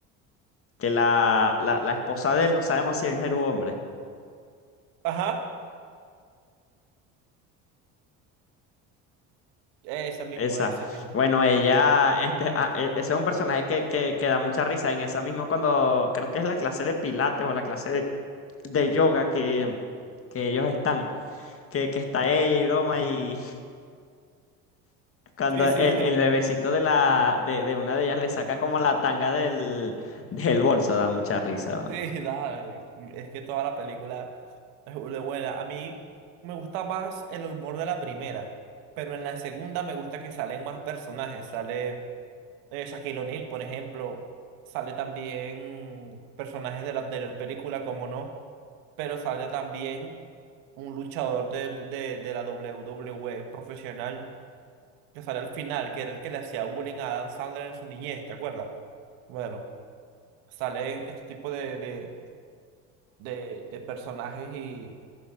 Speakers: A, on the left (about 40°); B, on the right (about 80°).
A: que la, la, la esposa de él, no sabemos si es mujer u hombre.
B: Ajá, ese mismo,
A: Esa.
B: ese mismo.
A: Bueno, ella, este, ah, e- ese es un personaje que, que, que da mucha risa. En esa misma cuando creo que es la clase de pilates o la clase de, de yoga que, que ellos están, que, que está ella y broma, y <laughs> cuando
B: Sí, sí,
A: el,
B: sí,
A: el bebecito de la, de, de una de ellas le saca como la tanga del, del bolso, da mucha risa.
B: sí, nada, es que toda la película es burda de buena. A mí me gusta más el humor de la primera, pero en la segunda me gusta que salen más personajes, sale... de Shaquille O'Neal, por ejemplo. Sale también personajes de la anterior película, como no, pero sale también un luchador del- de, de la WWE profesional que sale al final, que era el que le hacía bullying a Adam Sandler en su niñez, ¿te acuerdas? Bueno, salen este tipo de, de, de, de personajes y,